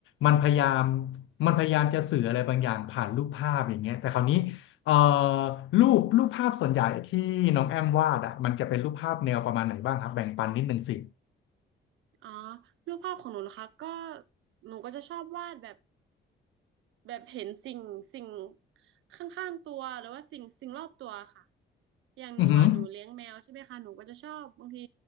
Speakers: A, on the left; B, on the right.
A: มันพยายามมันพยายามจะสื่ออะไรบางอย่างผ่านรูปภาพอย่างเงี้ยแต่คราวนี้เอ่อรูปรูปภาพส่วนใหญ่ที่น้องแอมวาดอ่ะมันจะเป็นรูปภาพแนวประมาณไหนบ้างครับแบ่งปันนิดนึงสิ
B: อ๋อรูปภาพของหนูนะคะก็หนูก็จะชอบวาดแบบ แบบเห็นสิ่งสิ่งข้างๆตัวหรือว่าสิ่งสิ่งรอบตัวค่ะอย่างหนูอ่ะหนูเลี้ยงแมวใช่ไหมคะหนูก็จะชอบบางที
A: อือหือ